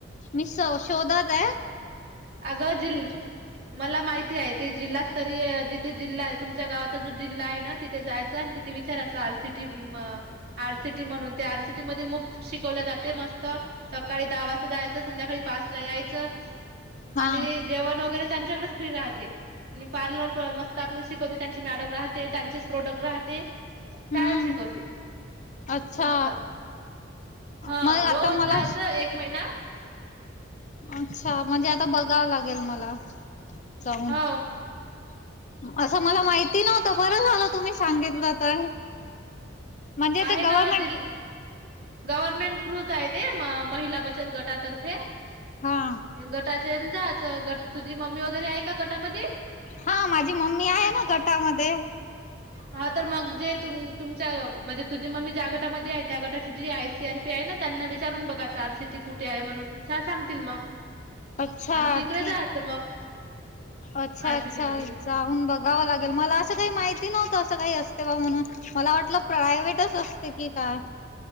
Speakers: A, on the left; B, on the right.
A: मी सो शोधतये.
B: अगं जिल मला माहिती आहे ते जिल्हास्तरीय जिथे जिल्हा आहे तुमच्या गावात तो जो जिल्हा आहे ना तिथे जायचा आणि तिथे विचारायच आर सि टी मं आर सि टी म्हणून त्या आर सिटी मध्ये मुक्त शिकवलं जाते मस्त सकाळी दहा वाजता जायचं संध्याकाळी पाच ला यायचं.
A: हा
B: आणि जेवण वगैरे त्यांच्याकडेच फ्री राहते आणि पार्लर मस्त आपला शिकवते त्यांचे मॅडम राहते त्यांचेच प्रोडक्ट राह हा ते छान
A: हम्म
B: शिकवते.
A: अच्छा
B: मस्त हा
A: मग
B: रोज
A: आता मला
B: जायचं एक महिना
A: अच्छा म्हणजे आता बघावं लागेल मला जाऊन
B: हो
A: असं मला माहिती नव्हतं बरं झालं तुम्ही सांगितलं तर. म्हणजे
B: आयन
A: ते गव्हर्मेंट
B: जिल. गव्हर्नमेंट थ्रूच आहे ते महिला बचत गटातर्फे.
A: हा
B: गटाचेलदाच गट तुझी मम्मी वगैरे आहे का गटामध्ये.
A: हा माझी मम्मी आहे ना गटामध्ये.
B: हा तर मग जे तुम तुमच्या म्हणजे. तुझे मग मी ज्या गटामध्ये आहे त्या गटाची जी आय सी आर पी आहे ना त्यांना विचारून बघा च आर सीटी कुठे आहे म्हणून. सांगतील मग.
A: अच्छा
B: आणि तिकडे
A: ठीक.
B: जायचं मग
A: अच्छा
B: आरसीटी
A: अच्छा
B: मध्ये
A: जाऊन बघावं लागेल मला असं काही माहिती नव्हतं असं काही असते बा म्हणून. मला वाटलं प्रायव्टच असते की काय.